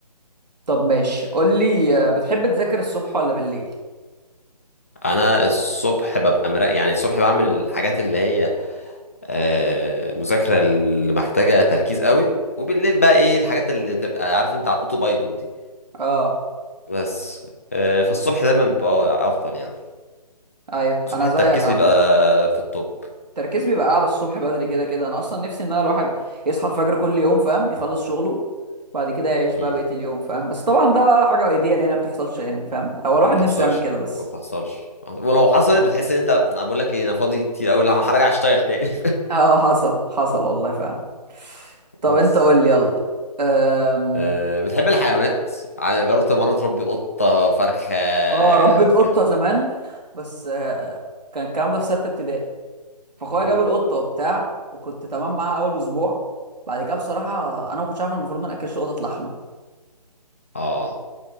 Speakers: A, on the right; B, on the left.
A: طب ماشي قول لي آه، بتحب تذاكر الصبح ولا بالليل
B: انا الصبح ببقى مرا يعني الصبح بعمل الحاجات اللي هي آه، مذاكره اللي محتاجه تركيز قوي وبالليل بقى ايه الحاجات اللي تبقى عارف انت على الاوتو بايلوت دي
A: اه
B: بس آه، فالصبح دايما بيبقى افضل يعني
A: ايوه
B: الصبح
A: انا
B: التركيز
A: زيك عامه
B: بيبقى في التوب
A: التركيز بيبقى اعلى الصبح بدري كده كده انا اصلا نفسي ان
B: مم.
A: انا الواحد يصحى الفجر كل يوم فاهم يخلص شغله بعد كده يعيش
B: مم.
A: بقى بقيه اليوم فاهم بس طبعا ده حاجه ايديال يعني ما بتحصلش يعني فاهم هو الواحد
B: ما بتحصلش
A: نفسه يعمل كده بس
B: ما بتحصلش ولو حصلت بتحس ان انت انا بقول لك ايه انا فاضي كتير قوي لا هرجع اشتغل تاني
A: اه حصل حصل والله فعلا
B: <laughs>
A: طب
B: بس
A: انت قول لي يلا أم...
B: أه بتحب الحيوانات ع- جربت مرة تربي قطة فرخة
A: اه ربيت قطة
B: كتكوت
A: زمان بس آه، كان الكلام ده في ستة ابتدائي فاخويا
B: مم.
A: جاب القطة وبتاع وكنت تمام معاها اول اسبوع بعد كده بصراحة انا ما كنتش عارف إن المفروض ما ناكلش قطط لحمة
B: اه